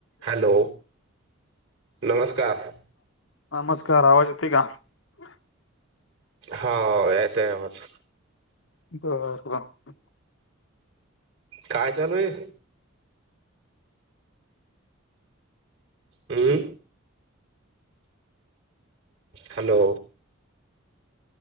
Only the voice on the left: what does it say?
नमस्कार, आवाज यते का?
<unintelligible>